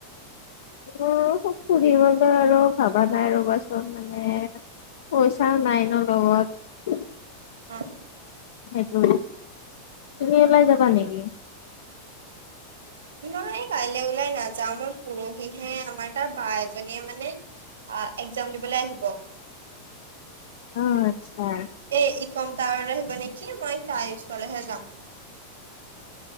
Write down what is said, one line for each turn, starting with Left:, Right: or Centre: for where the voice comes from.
Left: অ' ফুৰিবলৈ আৰু ভবা নাই, ৰবাচোন মানে পইচাও নাই ন লগত।
Right: অ
Left: সেইটো, তুমি ওলাই যাবা নেকি?
Right: মই কাইলৈ ওলাই নাযাওঁ আমাৰ পৰহিহে আমাৰ তাৰ বা এজনীয়ে মানে অ' একজাম দিবলৈ আহিব।
Left: অ' আতচ্ছা।
Right: এই ই কম টাৱাৰত আহিব নেকি মই তাই ওচৰলেহে যাম।